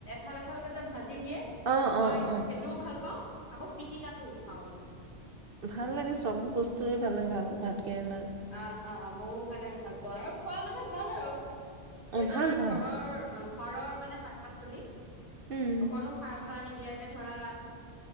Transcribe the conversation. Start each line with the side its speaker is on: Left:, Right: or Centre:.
Left: ফালেফাল কে যে ভাজি দিয়ে,
Right: অ
Left: মই
Right: অ অ
Left: সেইটোও ভাল পাওঁ। আকৌ পিটিকা টো খাওঁ মানে।
Right: ভাল লাগে চব বস্তুৱে ভাল লাগে, ভাল ভাত কেৰেলাৰ
Left: অ' অ'। খোৱা মানে ভাল আৰু যিহেতু
Right: অ ভাল
Left: আমাৰ
Right: ভাল
Left: ঘৰৰ, অ' ঘৰৰ মানে শাক পাচলি।
Right: উম
Left: অকণো সাৰ-চাৰ নিদিয়াকে ধৰা